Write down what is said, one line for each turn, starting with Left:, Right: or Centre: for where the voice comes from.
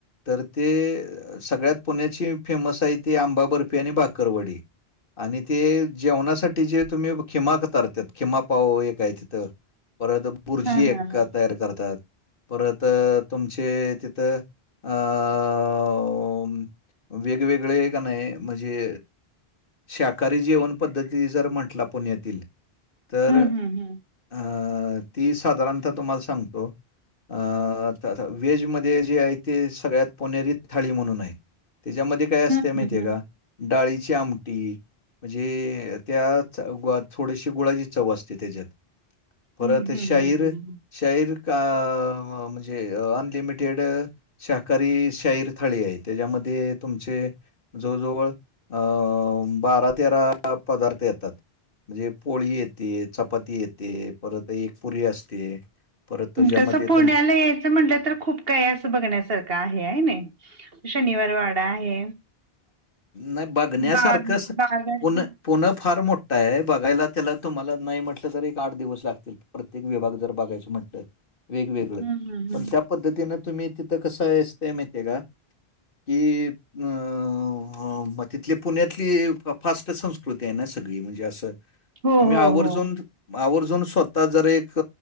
Left: तर ते सगळ्यात पुण्याची फेमस आहे ते आंबा बर्फी आणि भाकरवडी. आणि ते जेवणासाठी जे तुम्ही खिमा करत्यात खिमा पाव एक काय तिथं परत बुर्जी
Right: हा
Left: एक
Right: हा हा
Left: तयार करतात. परत तुमचे तिथं अं वेगवेगळे का नाही म्हणजे शाकाहारी जेवन पद्धती जर म्हटला पुण्यातील तर
Right: हम्म
Left: हं,
Right: हम्म हम्म.
Left: ती साधारणता तुम्हाला सांगतो अं थ थ व्हेजमध्ये जे आहे ते सगळ्यात पुनेरी थाळी म्हणून आहे. त्याच्यामध्ये काय असते
Right: हम्म
Left: माहिती
Right: हम्म.
Left: आहे का? डाळीची आम टी, म्हणजे त्याच थोडीशी गुळाची चव असते तेच्यात. परत
Right: हम्म हम्म
Left: शाहीर
Right: हम्म
Left: शाहीर कां म्हणजे अनलिमिटेड शाकाहारी शाहीर थाळी आहे त्याच्यामध्ये तुमचे जवळ जवळ अ बारा तेरा पदार्थ येतात. म्हणजे एक पोळी येते, चपाती येते, परत एक पुरी असते. परत त्याच्यामध्ये
Right: तसं पुण्याला
Left: तुमच
Right: यायचं म्हटलं तर खूप काही असं बघण्यासारखं आहे. हाय नाई. शनिवार वाडा आहे.
Left: नाय बघण्यासारखं
Right: बाग
Left: अस
Right: बागाच
Left: पुण
Right: हम्म
Left: पुण फार मोठ आहे बघायला त्याला तुम्हाला नाही म्हटलं तर एक आठ दिवस लागतील. प्रत्येक विभाग जर बघायच म्हटलं वेगवेगळ
Right: हम्म
Left: पण
Right: हम्म.
Left: त्या पद्धतीनं तुम्ही तिथं कसं आहे असतंय माहितीय का? कि अं म तिथली पुण्यात की फास्ट संस्कृती आहे ना सगळी म्हणजे असं
Right: हो
Left: तुम्ही
Right: हो
Left: आवर्जून
Right: हो
Left: आवर्जून स्वता जर एक